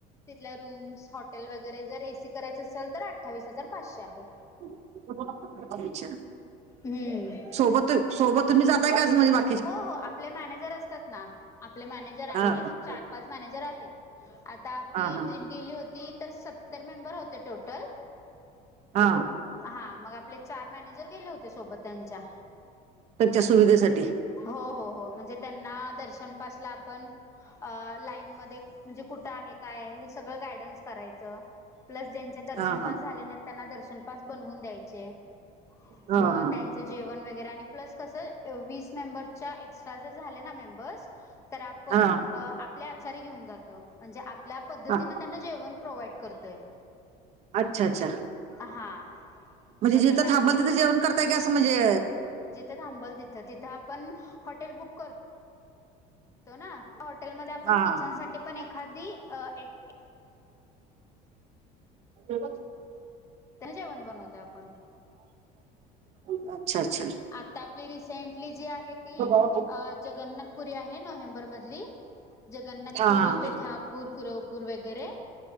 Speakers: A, on the left; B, on the right.
A: तिथल्या रूम्स हॉटेल वगैरे जर ए सी करायचं असेल तर अठ्ठावीस हजार पाचशे आहे.
B: अच्छा,
A: हम्म
B: सोबत सोबत तुम्ही जाताय का अस म्हणजे बा
A: हो हो आपले मॅनेजर असतात ना, आपले मॅनेजर आहेत,
B: हा हा
A: चार पाच मॅनेजर आहेत, आता आपली
B: हा हा
A: ट्रीप गेली होती तर सत्तर मेंबर होते टोटल
B: हां
A: हां मग आपले चार मॅनेजर गेले होते सोबत त्यांच्या.
B: त्यांच्या सुविधेसाठी?
A: हो हो हो म्हणजे त्यांना दर्शन पासला आपण अ लाईनमध्ये म्हणजे कुठं आहेत काय आहे हे सगळं गायडन्स करायचं, प्लस ज्यांचे दर्शन
B: हा हा
A: पास झाले नाही त्यांना दर्शन पास बनवून द्यायचे,
B: हा
A: मग
B: हा
A: त्यां जेवण वगैरे आणि प्लस कसं वीस मेंबरच्या एक्स्ट्रा जर झाले ना मेंबर्स तर आपण
B: हा
A: आपले आचारी घेऊन जातो, म्हणजे आपल्या पद्धतीनं
B: हा
A: त्यांना जेवण प्रोवाइड करतोय.
B: अच्छा, अच्छा.
A: ह हा.
B: म्हजे
A: मग
B: जिथं
A: ते मॅ
B: थांबल तिथं जेवण करताय की असं म्हजे
A: जिथं थांबल तिथं, तिथं आपण हॉटेल बुक कर तो ना, हॉटेलमध्ये आपण
B: हा हा.
A: किचन साठी पण एखादी एक
B: <inaudible>
A: जेवण बनवतो आपण
B: अच्छा अच्छा.
A: तिथं आपली रिसेंटली जी आहे ती
B: हा हा
A: अ जगन्नाथपुरी आहे नोव्हेंबर मधली जगन्नाथपुरी
B: हां.
A: पिठापूर कुरवपूर वगैरे